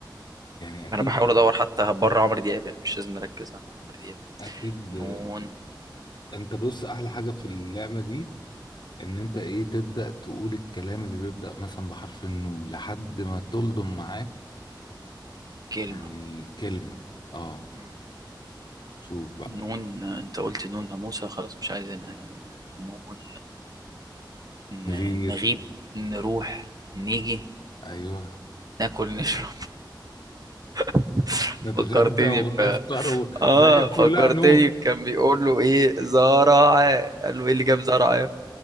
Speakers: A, on the left (about 60°); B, on the right (about 50°).
A: يعني
B: ما
A: اكيد
B: أنا بحاول أدور حتى بره عمرو دياب يعني مش لازم نركز على عمرو دياب
A: اكيد
B: نون
A: آه، انت بص احلى حاجة في اللعبة دي ان انت ايه تبدأ تقول الكلام اللي بيبدأ مثلا بحرف النون لحد ما تلضم معاك
B: كلمة
A: يعني كلمة اه
B: مم.
A: شوف بقى
B: نون آه، أنت قلت نون ناموسة خلاص مش عايزينها نون ن-
A: نغير
B: نغيب نروح نيجي
A: ايوه
B: ناكل نشرب <laughs>
A: نتغدى
B: فكرتني
A: ونفطر
B: ب
A: و...
B: اه
A: ده هي كلها
B: فكرتني
A: نور
B: كان بيقول له ايه زرع قال له ايه اللي جاب زرع